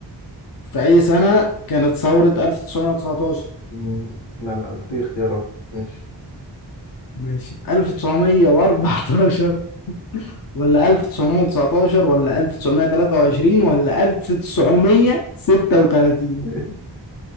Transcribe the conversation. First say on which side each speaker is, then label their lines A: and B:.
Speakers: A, on the left; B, on the left.
A: في أي سنة كانت ثورة 1919
B: أمم. لا لا محتاج اختيارات ماشي
A: ماشي 1914 ولا 1919 ولا 1923 ولا 1936
B: <laughs>